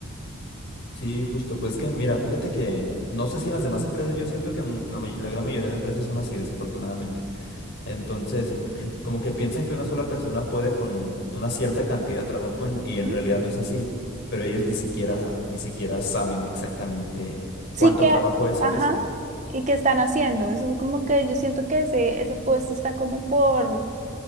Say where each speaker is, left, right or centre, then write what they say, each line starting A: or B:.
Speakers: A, on the left; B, on the right.
A: Sí, justo. Pues que, mira, fíjate que no sé si en las demás empresas, yo siento que en la, may- la gran mayoría de empresas son así, desafortunadamente. Entonces, <clears throat> como que piensan que una sola persona puede con una cierta cantidad de trabajo en- y en
B: ¿Mm?
A: realidad no es así. Pero ellos ni siquiera, ni siquiera saben exactamente
B: Sí
A: cuánto
B: que,
A: trabajo es, ¿sabes?
B: ajá, y qué están haciendo. Eso es como que yo siento que ese, ese puesto está como por